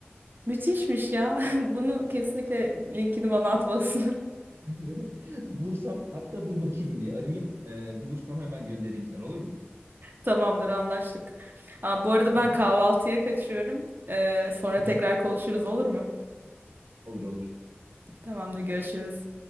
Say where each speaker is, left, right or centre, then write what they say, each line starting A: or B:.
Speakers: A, on the right; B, on the right.
A: Müthişmiş ya. <laughs> Bunu kesinlikle linkini bana atmalısın.
B: <laughs> Bulursam hatta dur bakayım bir arayayım. Ee, bulursam hemen göndereyim sana olur mu?
A: Tamamdır anlaştık. Aa, bu arada ben
B: Tamam.
A: kahvaltıya kaçıyorum. Ee, sonra
B: Hı
A: tekrar
B: hı.
A: konuşuruz olur mu?
B: Olur olur.
A: Tamamdır görüşürüz.